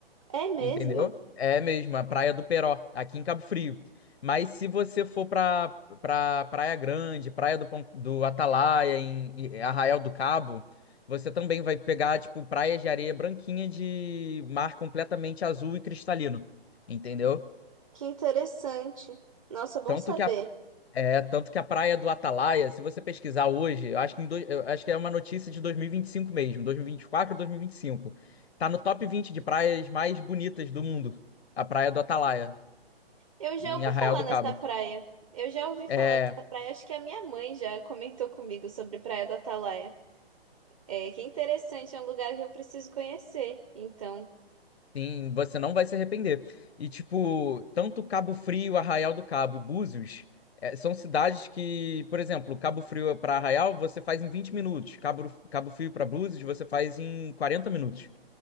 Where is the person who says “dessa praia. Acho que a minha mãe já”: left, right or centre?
Right